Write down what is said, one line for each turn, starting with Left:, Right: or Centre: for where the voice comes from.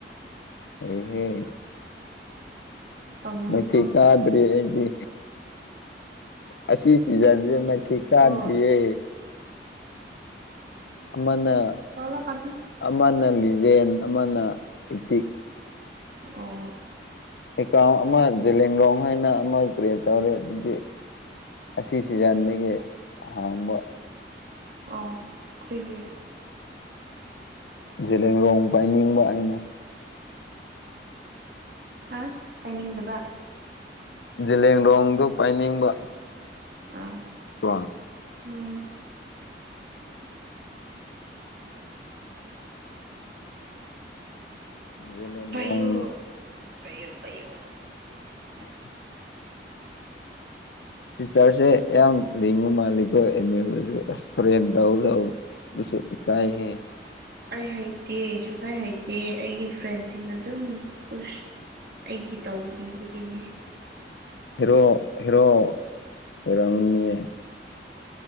Left: ꯍꯩꯍꯦ
Right: ꯄꯥꯝꯃꯨꯏꯀꯣ
Left: ꯃꯤꯊꯤꯛ ꯀꯥ ꯀꯥꯗ꯭ꯔꯤ ꯑꯩꯗꯤ ꯑꯁꯤ ꯁꯤꯖꯟꯁꯦ
Right: ꯉꯥꯏꯈꯣꯀꯣ
Left: ꯃꯊꯤꯛ ꯀꯥꯗ꯭ꯔꯤꯌꯦ ꯑꯃꯅ
Right: <unintelligible>
Left: ꯑꯃꯅ ꯂꯤꯖꯦꯟ ꯑꯃꯅ ꯏꯄꯤꯛ
Right: ꯑꯣ
Left: ꯑꯦꯀꯥꯎꯟ ꯑꯃ ꯖꯦꯂꯦꯡꯔꯣꯡ ꯍꯥꯏꯅ ꯑꯃ ꯀ꯭ꯔꯤꯌꯦꯠ ꯇꯧꯔꯦ ꯑꯗꯨꯗꯤ ꯑꯁꯤ ꯁꯤꯖꯟꯗꯒꯤ
Right: ꯎꯝ
Left: ꯍꯥꯡꯕ
Right: ꯑꯥꯎ ꯈ꯭ꯔꯤꯒꯤ
Left: ꯖꯦꯂꯦꯡꯔꯣꯡ ꯄꯥꯏꯅꯤꯡꯕ ꯑꯩꯅ
Right: ꯍꯥ ꯄꯥꯏꯅꯤꯡꯗꯕ
Left: ꯖꯦꯂꯦꯡꯗꯣꯡꯗꯨ ꯄꯥꯏꯅꯤꯡꯕ
Right: ꯑꯥ
Left: <unintelligible>
Right: ꯎꯝ
Left: ꯖꯦꯂꯦꯡꯔꯣꯡ
Right: ꯄꯥꯏꯌꯨ ꯄꯩꯌꯣ ꯄꯩꯌꯣ
Left: <inaudible> ꯁꯤꯁꯇꯔꯁꯦ ꯌꯥꯝ ꯂꯤꯡꯕ ꯃꯥꯜꯂꯤꯀꯣ ꯑꯦꯝ ꯑꯦꯗꯁꯨ ꯑꯁ ꯐꯣꯔꯦꯟ ꯇꯧ ꯇꯧ ꯕꯨꯁꯨ ꯏꯀꯥꯏ ꯍꯦ
Right: ꯑꯩ ꯍꯩꯇꯦ ꯁꯨꯛꯍꯩ ꯍꯩꯇꯦ ꯑꯩꯒꯤ ꯐ꯭ꯔꯦꯟꯁꯤꯡꯅ ꯑꯗꯨꯝ ꯄꯨꯁ ꯑꯩꯒꯤ ꯇꯧꯕꯤꯕꯒꯤꯅꯤ
Left: ꯍꯔꯣ ꯍꯔꯣ ꯑꯣꯏꯔꯟꯅꯤ